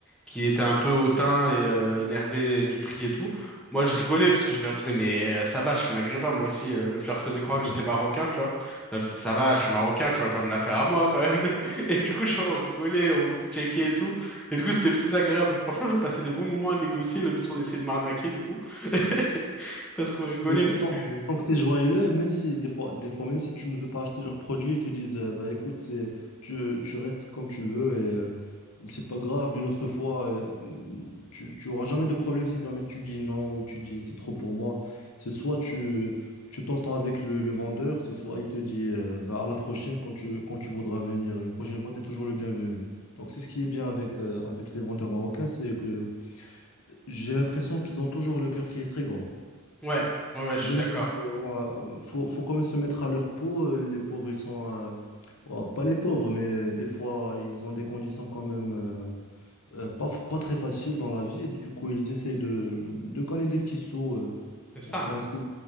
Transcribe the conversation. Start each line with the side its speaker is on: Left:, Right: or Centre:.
Centre: qui étaient un peu hautains et euh, énervés du prix et tout. Moi, je rigolais parce que je leur disais, mais euh, ça va, je suis maghrébin, moi aussi. euh, je leur faisais croire
Left: <laughs>
Centre: que j'étais marocain, tu vois. Je leur disais, ça va, je suis marocain, tu vas pas me la faire à moi quand même. <laughs> Et du coup, je- on rigolait, on se checkait et tout. Et du coup, c'était plus agréable. Franchement, j'ai passé des bons moments à négocier, même si on essayait de m'arnaquer, du coup. <laughs> Parce qu'on rigolait,
Left: Mais écoute,
Centre: parce
Left: tant,
Centre: que...
Left: tant que tu es joyeux, même si des fois, des fois, même si tu ne veux pas acheter leurs produits, ils te disent euh, bah écoute, c'est tu, tu restes comme tu veux et euh, c'est pas grave, une autre fois, euh, tu, tu auras jamais de problème si jamais tu dis non ou tu dis c'est trop pour moi. C'est soit tu tu t'entends avec le, le vendeur, c'est soit il te dit euh, bah, à la prochaine quand tu quand tu voudras venir. Une prochaine fois, tu es toujours le bienvenu. Donc c'est ce qui est bien avec, euh, avec les vendeurs marocains, c'est que j'ai l'impression qu'ils ont toujours le cœur qui est très grand.
Centre: Ouais, ouais, ouais, je
Left: Même
Centre: suis d'accord.
Left: si euh, ouais, faut, faut quand même se mettre à leur peau, euh, les pauvres, ils sont euh, ouais, pas les pauvres, mais euh, des fois ils ont des conditions quand même euh, euh, pas, pas très faciles dans la vie. Du coup, ils essaient de, de gagner des petits sous. euh.
Centre: C'est ça,
Left: Enfin, c'est